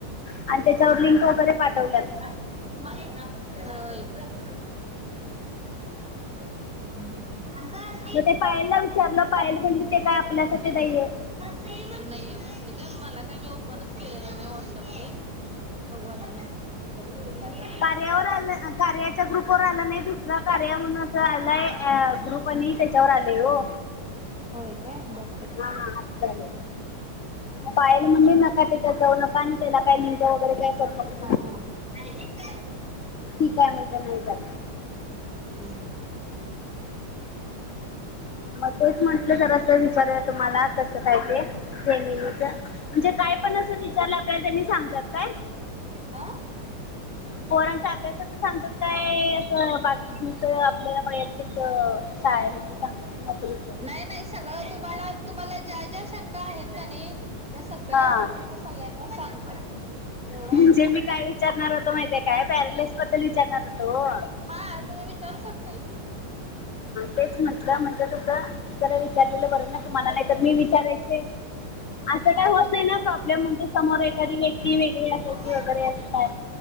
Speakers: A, on the left; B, in the centre.
A: आणि त्याच्यावर लिंक वगैरे पाठवल्यात.
B: <unintelligible> <unintelligible>
A: मग ते पायलला विचारल. पायल म्हणली ते काय आपल्यासाठी नाहीये.
B: नाहीय म्हटली काय. मला काय मी ओपनच केलेला नाही व्हॉट्सअप बघु आता नंतर करते.
A: कार्या वर आल कार्याच्या ग्रुपवर आल नाही. दुसरा कार्या म्हणून अस आलाय ग्रुप. आणि त्याच्यावर आलेय हो.
B: होय काय ब
A: हा अस झाल. पायल म्हणली
B: हा
A: नका त्याच्यात नका. आणि त्याला काय लिंक वगैरे काय करू नका.
B: हा हम्म,
A: ठीक आहे म्हणजे नाही जात.
B: हुं हुं
A: मग तोच म्हटल जरा अस विचारूया, तुम्हाला कस काय ते. जमिनीच म्हणजे काय पण असं विचारल आपल्याला त्यांनी सांगतात काय?
B: ह
A: पोरांचा अभ्यासाच सांगतात काय अस बाकीच आपल्याला वैयक्तिक शाळेच सांगतात. नोकरीच
B: नाही नाही सगळ तुम्हाला तुम्हाला ज्या ज्या शंका आहेत का नाही त्या सगळ्या
A: हा
B: विचारल्या तर सगळ्या त्या सांगतात. एवढा
A: म्हणजे मी काय विचारणार होतो माहिती आहे काय, पॅरालिस बद्दल विचारणार होतो हो.
B: हा तुम्ही विचारू शकताय की.
A: तेच म्हटल म्हणजे कस जरा विचारलेल बर आहे ना तुम्हाला.
B: हा
A: नाही तर मी विचारायचे अस काय होत
B: मी
A: नाही ना प्रॉब्लेम. म्हणजे समोर एखादी व्यक्ती वेगळी
B: नाही
A: असायची वगैरे अस काय.